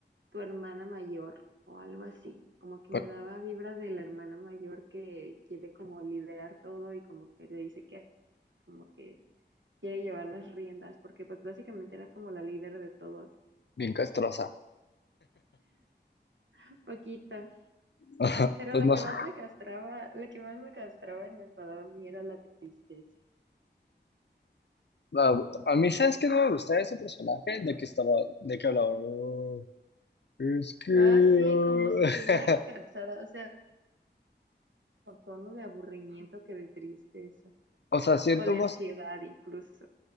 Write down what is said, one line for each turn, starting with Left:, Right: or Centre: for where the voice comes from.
Right: tu hermana mayor o algo así, como que
Left: Pa-
Right: me daba vibras de la hermana mayor que quiere como liderar todo y como que te dice que como que quiere llevar las riendas, porque pues básicamente era como la líder de todos,
Left: Bien castrosa.
Right: un poquito.
Left: Ajá.
Right: Pero
Left: Pues
Right: la
Left: más,
Right: que más me castraba, la que más me castraba y me enfadaba a mí era la tristeza.
Left: a, a mí, ¿sabes qué no me gustaba ese personaje? De que estaba, de que hablaba, "Oh, es que...
Right: Ah, sí,
Left: ah".
Right: como si estuviera
Left: <laughs>
Right: cansada, o sea, con tono de aburrimiento que de tristeza,
Left: O sea, siento
Right: o de
Left: más,
Right: ansiedad incluso.